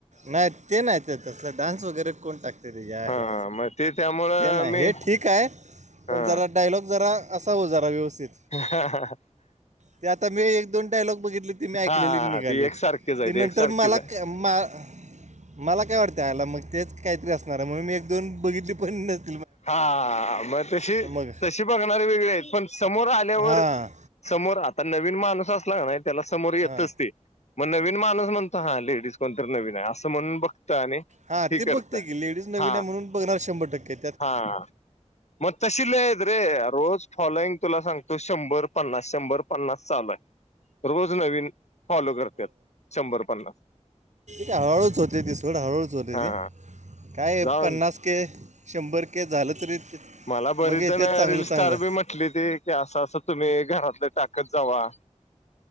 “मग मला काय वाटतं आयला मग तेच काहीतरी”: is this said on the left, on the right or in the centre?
Right